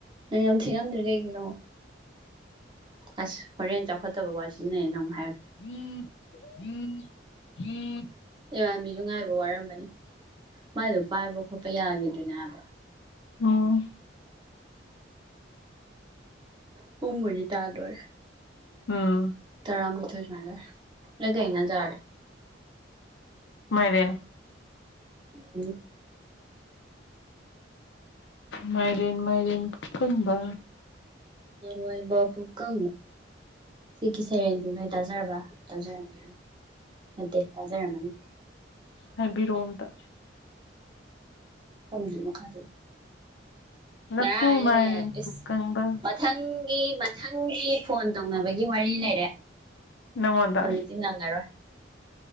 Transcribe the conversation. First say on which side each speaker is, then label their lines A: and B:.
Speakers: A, on the right; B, on the left.
A: ꯅꯪ ꯉꯝ ꯊꯤ ꯉꯝꯗ꯭ꯔꯤ ꯀꯩꯒꯤꯅꯣ ꯑꯁ ꯍꯣꯔꯦꯟ ꯆꯥꯎꯈꯠꯇꯕ ꯋꯥ ꯁꯤꯟꯅꯩ ꯅꯪꯃꯥꯏ
B: ꯎꯝ ꯎꯝ ꯎꯝ
A: ꯏꯕꯥꯕꯤꯁꯨ ꯉꯥꯏꯕ ꯋꯥꯔꯝꯃꯅꯤ ꯃꯥꯗꯣ ꯄꯥꯏꯕ ꯈꯣꯠꯄ ꯌꯥꯈꯤꯗꯣꯏꯅꯦ ꯍꯥꯏꯕ
B: ꯎꯝ
A: ꯄꯨꯡꯒꯔꯤ ꯇꯥꯗꯔ
B: ꯎꯝ
A: ꯇꯔꯥꯝꯕꯨꯊ ꯃꯥꯂ ꯂ ꯀꯥꯏꯅ ꯔ
B: ꯃꯣꯏꯔꯦꯟ
A: ꯎꯝ ꯎꯝ
B: ꯃꯥꯏꯔꯤꯦꯟ ꯃꯥꯏꯔꯤꯦꯟ ꯐꯪꯕ
A: ꯃꯥꯏ ꯕꯨ ꯀ ꯁꯤꯒꯤ ꯁꯩꯔꯦꯡꯁꯤ ꯅꯣꯏ ꯇꯥꯖꯔꯕ ꯇꯥꯖꯔꯝꯒꯦ ꯗꯦꯇꯥꯖꯔ ꯃꯥꯅꯤ
B: ꯍꯥꯏꯕꯤꯔꯣ ꯑꯝꯇ
A: ꯍꯪ ꯃꯈ ꯀꯥꯗ
B: ꯂꯐꯨ
A: ꯉꯔꯥꯏꯅꯅꯦ
B: ꯃꯥꯏꯔꯦꯟ
A: ꯏꯁ
B: ꯄꯨꯀꯪꯕ
A: ꯃꯊꯪ ꯒꯤ ꯃꯊꯪꯒꯤ ꯐꯣꯟ ꯇꯧꯅꯕꯒꯤ ꯋꯥꯔꯤ ꯂꯩꯔꯦ
B: ꯅꯪꯉꯣꯟꯗ
A: ꯍꯧꯖꯤꯛꯛꯇꯤ ꯅꯪꯉꯥꯏꯔꯣꯏ